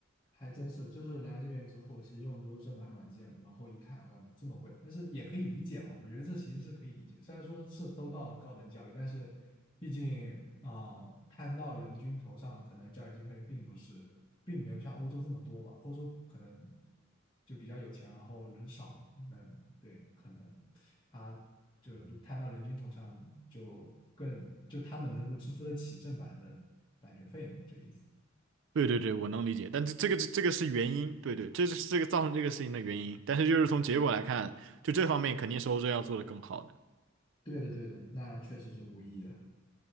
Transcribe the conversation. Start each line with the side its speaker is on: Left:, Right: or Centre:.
Left: 还真是就是来这边之后，其实用的都是正版软件了，然后一看哇这么贵，但是也可以理解嘛，我觉得这其实是可以理解，虽然说是都到了高等教育，但是毕竟啊、呃摊到人均头上，可能教育经费并不是，并没有像欧洲这么多吧，欧洲可能就比较有钱，然后人少，嗯，对，可能他就是摊到人均头上就更就他们能够支付得起正版的版权费嘛，这个意思。
Right: 对对对，我能理解，但这这个这个是原因，对对，这是这个造成这个事情的原因，但是就是从结果来看，就这方面肯定是欧洲要做的更好的。
Left: 对的，对的，那嗯确实是无疑的。